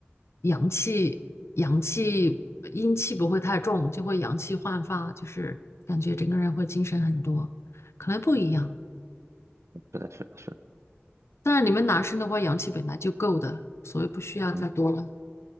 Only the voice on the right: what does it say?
是的，是的，是的，
嗯